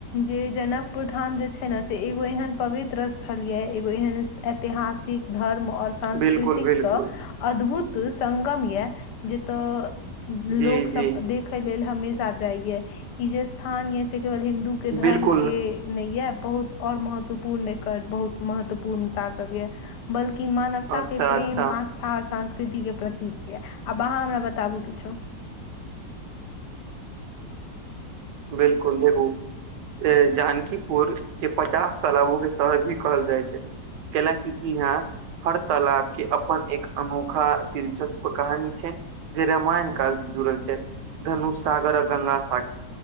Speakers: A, on the left; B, on the right.
A: जे जनकपुर धाम जे छै ने से एगो एहन पवित्र स्थल ये एगो एहन ऐतिहासिक धर्म आओर सांस्कृतिक
B: बिलकुल बिलकुल
A: सँ अद्भुत संगम यै जतऽ लोक
B: जी
A: सब
B: जी
A: देखय लेल हमेशा जाइ यै ई जे स्थान यै से केवल हिन्दू जे धर्म
B: बिलकुल
A: केँ नहि यै बहुत आओर महत्वपूर्ण एकर बहुत महत्वपूर्णता सब यै बल्कि मानवता
B: अच्छा
A: केँ प्रेम
B: अच्छा
A: आस था संस्कृतिक केँ प्रतीक यै आब अहाँ हमरा बताबु किछो
B: बिलकुल देखू ए जानकीपुर केँ पचास तालाबो केँ शहर भी कहल जाय छै कियै कि इहाँ हर तालाब केँ अप न एक अनोखा दिलचस्प कहानी छै जे रामायण काल से जुड़ल छै धनुष सागर आ गङ्गा सागर